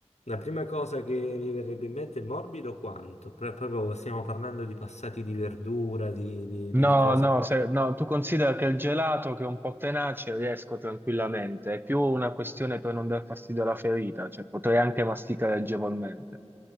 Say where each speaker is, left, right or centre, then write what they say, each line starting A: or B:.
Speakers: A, on the left; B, on the right.
A: La prima cosa che mi verrebbe in mente è morbido quanto? Pro- proprio stiamo parlando di passati di verdura, di, di- di
B: No,
A: cose.
B: no, se- no, tu considera che il gelato che è un po' tenace riesco tranquillamente, è più una questione per non dar fastidio alla ferita, cioè potrei anche masticare agevolmente.